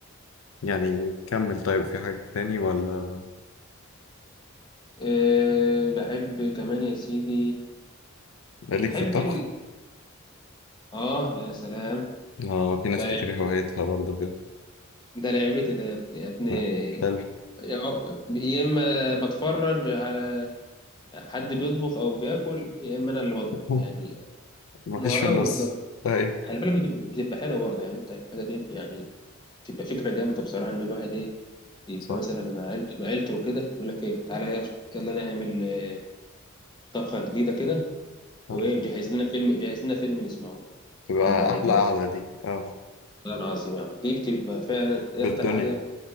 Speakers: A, on the left; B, on the left.
A: يعني كمل طيب في حاجة تاني ولا
B: أه بحب كمان يا سيدي
A: ليك
B: بحب
A: في الطبخ؟
B: ال... اه يا سلام
A: آه في ناس
B: ده
A: كتير
B: لعب...
A: هوايتها برضه كده
B: ده لعبتي ده يا ابني
A: آه، حلو
B: يا يا اما بتفرج على حد بيطبخ او بياكل يا اما انا اللي بطبخ
A: <laughs>
B: يعني
A: مفيش
B: ما
A: في
B: اه
A: النص
B: بالظبط
A: أي
B: خلي بالك بتبقى بتبقى حلوه برضه يعني انت الحاجه دي يعني بتبقى فكره جامده بصراحه ان الواحد ايه يبقى
A: صح
B: مثلا مع عيلته مع عيلته وكده يقول لك ايه تعالى يا- يلا نعمل آه، طبخه جديده كده
A: حلو
B: وايه وجهز لنا فيلم جهز لنا فيلم نسمعه
A: تبقى
B: يا نهار
A: أحلى
B: ابيض
A: قعدة دي آه
B: والله العظيم يا عم دي بتبقى فعلا إيه
A: بالدنيا
B: اكتر حاجه